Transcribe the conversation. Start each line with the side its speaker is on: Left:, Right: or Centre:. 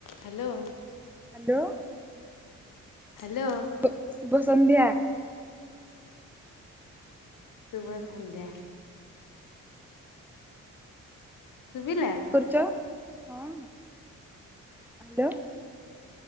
Left: Hello.
Centre: Hello.
Left: Hello.
Centre: ଓ ଶୁଭ ସନ୍ଧ୍ୟା।
Left: ଶୁଭ
Centre: କଣ
Left: ସନ୍ଧ୍ୟା। ଶୁବିଲା?
Centre: କରୁଚ ହଁ ହାଲୋ।